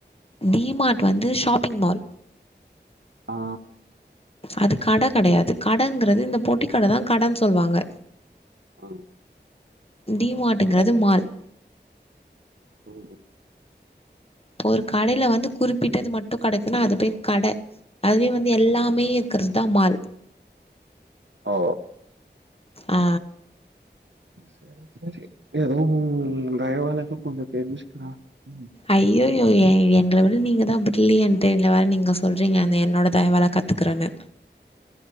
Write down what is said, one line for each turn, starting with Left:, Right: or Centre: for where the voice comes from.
Left: டீ மார்ட் வந்து ஷாப்பிங் மால்
Right: ஆ
Left: அது கட கெடையாது கடங்றது இந்த பொட்டி கடதா கடன் சொல்வாங்க
Right: ஆ
Left: டி மாட்டுங்கிறது
Right: போவோ
Left: மால்
Right: ம் ம்
Left: ப்ப ஒரு கடைல வந்து குறிப்பிட்டது மட் டு கெடைக்குன்னா அது பேர் கட அதுவே வந்து எல்லாமே இருக்குறதா மால்
Right: ஓ
Left: ஆ
Right: செரி செரி எதோ உ தயவாளதா கொஞ்சொ தெறிஞ்சுக்கிறா ம்
Left: ஐயயோ எ எங்கள விட நீங்கதா பிர்லியன்ட்டு இதுல வேற நீங்க சொல்றீங்க அந்த என்னோட தயவாள கத் துக்குறன்னு